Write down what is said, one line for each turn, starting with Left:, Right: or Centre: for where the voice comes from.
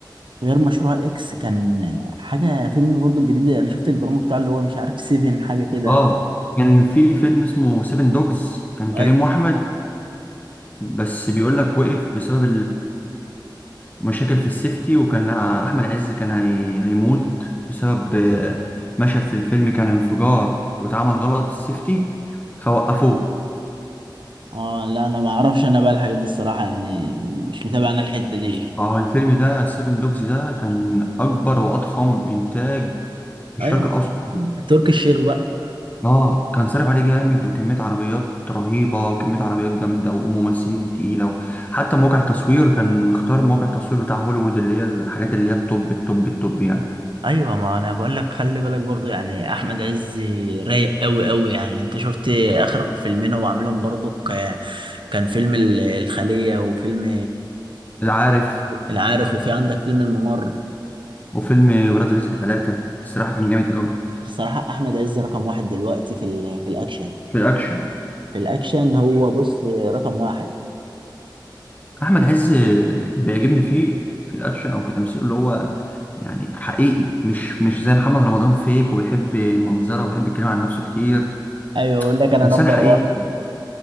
Right: غير مشروع اكس كان حاجه فيلم برضه جديد انا شفت البرومو بتاعه اللي هو مش عارف سيفن حاجه كده
Left: اه كان في فيلم اسمه سيفن دوجز كان كريم
Right: أي-
Left: واحمد بس بيقول لك وقف بسبب مشاكل في السيفتي وكان احمد عز كان هي... هيموت بسبب آه، مشهد في الفيلم كان انفجار واتعمل غلط السيفتي فوقفوه
Right: اه لا انا ما اعرفش انا بقى الحاجات دي الصراحه يعني مش متابع انا الحته دي
Left: اه الفيلم ده سيفن دوجز ده كان اكبر واضخم انتاج في الشرق
Right: ايوه ما-
Left: الاوسط كله
Right: تركي الشيخ بقى
Left: اه كان صارف عليه جامد وكميه عربيات رهيبه وكميه عربيات جامده وممثلين تقيله حتى مواقع التصوير كان مختار مواقع التصوير بتاع هوليوود اللي هي الحاجات اللي هي التوب التوب التوب يعني
Right: ايوه ما انا بقول لك خلي بالك برضو يعني احمد عز رايق قوي قوي يعني انت شفت اخر فيلمين هو عاملهم برضو ك- كان فيلم ال- الخلية وفيلم
Left: العارف
Right: العارف وفي عندك فيلم الممر
Left: وفيلم ولاد رزق ثلاثة الصراحة كان جامد أوي
Right: الصراحة احمد عز رقم واحد دلوقتي في ال- في الاكشن
Left: في الاكشن
Right: في الاكشن هو بص رقم واحد
Left: احمد عز اللي بيعجبني فيه في الاكشن او في تمثيله اللي هو يعني حقيقي مش مش زي محمد رمضان فيك وبيحب المنظره وبيحب يتكلم عن نفسه كتير
Right: ايوه اقول لك انا
Left: انسان
Right: نمبر
Left: حقيقي
Right: وان